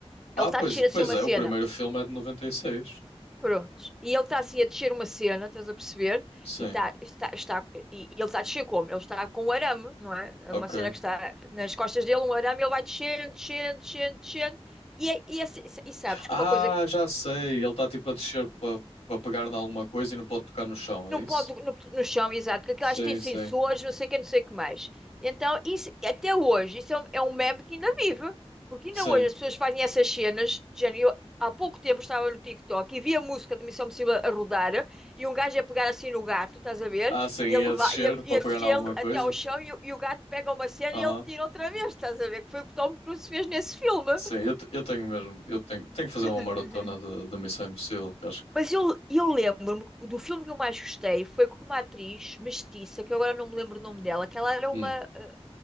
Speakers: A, on the left; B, in the centre.
A: ah
B: Ele está
A: pois,
B: a descer
A: pois
B: assim uma
A: é,
B: cena.
A: o primeiro filme é de 96.
B: Prontos. E ele está assim a descer uma cena, estás a perceber?
A: Sim,
B: E, tá, está, está, e e ele está a descer como? Ele está com um arame, não é? É
A: ok.
B: Uma cena que está nas costas dele, um arame, ele vai descendo, descendo, descendo, descendo. E, é- e, é- e sabes
A: Ah,
B: que uma coisa
A: já sei. Ele está tipo a descer para para pegar em alguma coisa e não pode tocar no chão, é
B: Não
A: isso?
B: pode no, no chão, exato, porque aquelas
A: Sim,
B: têm sensores,
A: sim,
B: não sei o que, não sei o que mais. Então, isso, até hoje, isso é um, é um meme que ainda vive. Porque ainda
A: sim.
B: hoje as pessoas fazem essas cenas. de género, eu, há pouco tempo estava no TikTok e vi a música de Missão Impossível a rodar e um gajo a pegar assim no gato, estás a ver?
A: Ah, sim,
B: E
A: ia
B: a, levar,
A: descer
B: e a,
A: para
B: e a
A: pegar
B: descê-lo
A: em alguma coisa.
B: até ao chão e, o e o gato pega uma cena
A: Aham.
B: e ele tira outra vez, estás a ver? Que foi o que o Tom Cruise fez nesse filme.
A: Sim, eu, te- eu tenho mesmo. Eu tenho, tenho que fazer
B: <laughs>
A: uma maratona de, de Missão Impossível, que acho que.
B: Mas eu, eu lembro-me do filme que eu mais gostei foi com uma atriz mestiça, que eu agora não me lembro o nome dela, que ela era
A: Hum,
B: uma, eh,